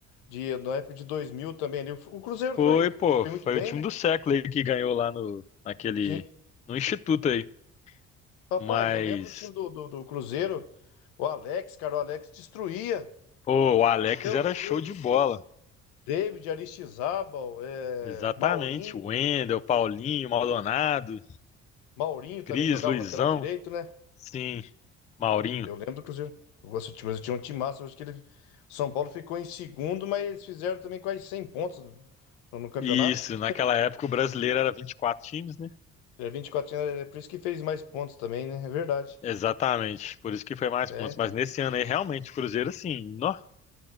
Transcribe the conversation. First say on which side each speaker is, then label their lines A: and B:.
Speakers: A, on the left (about 80°); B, on the left (about 20°).
A: de na época de 2000 também ali. O Cruzeiro
B: Foi,
A: foi,
B: pô,
A: foi
B: foi
A: muito bem,
B: o time
A: né?
B: do século aí que ganhou lá no, naquele,
A: Sim.
B: no instituto aí.
A: Rapaz,
B: Mas,
A: eu lembro do time do, do, do Cruzeiro, o Alex, cara, o Alex destruía.
B: pô, o Alex
A: Meu
B: era show
A: Deus.
B: de
A: do céu.
B: bola.
A: David, Aristizábal, é,
B: Exatamente.
A: Maurinho.
B: O Wendel, Paulinho, Maldonado,
A: Maurinho
B: Cris,
A: também jogava
B: Luizão,
A: lateral direito, né?
B: sim, Maurinho.
A: Eu lembro do Cruzeiro. Eu gosto de Cruzeiro, tinha um time massa, acho que ele, São Paulo ficou em segundo, mas eles fizeram também quase 100 pontos no, no campeonato.
B: Isso, naquela época o brasileiro era 24 times, né?
A: É 24, é é por isso que fez mais pontos também, né? É verdade.
B: Exatamente, por isso que foi mais
A: É,
B: pontos.
A: então.
B: Mas nesse ano aí, realmente, o Cruzeiro, assim, nó,